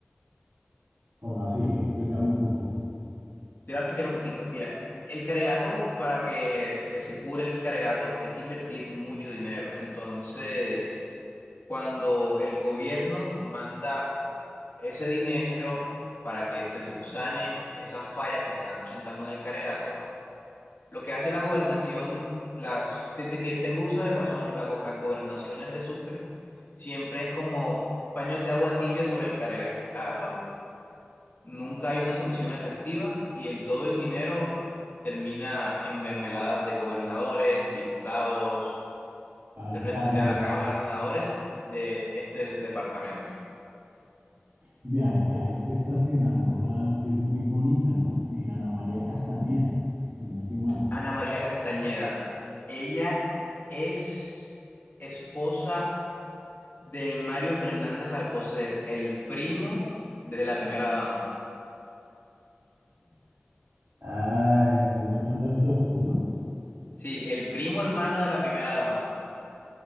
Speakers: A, on the right; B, on the left.
A: ¿Cómo así? Explícame un poquito.
B: Te voy a explicar un poquito. Mira, el Caregato, para que eh, se cure el Caregato, hay que invertir mucho dinero. Entonces, cuando el gobierno manda ese dinero para que se subsane esas fallas que están presentando en el Caregato, Lo que hace la gobernación, la, desde que tengo uso de razón, la go- las gobernaciones de Sucre siempre es como paños de agua tibia sobre el cargato, nunca hay una solución efectiva y el, todo el dinero termina en mermeladas de gobernadores, diputados,
A: Alcaldes,
B: representantes a la Cámara, senadores de este departamento.
A: de allá es esta senadora que es muy bonita, ¿no? Eh, Ana María Castañeda, si no estoy mal.
B: Ana María Castañeda, ella es esposa de Mario Fernández Alcocer, el primo de la primera dama.
A: Ay, cómo son las cosas, ¿no?
B: Sí, el primo hermano de la primera dama.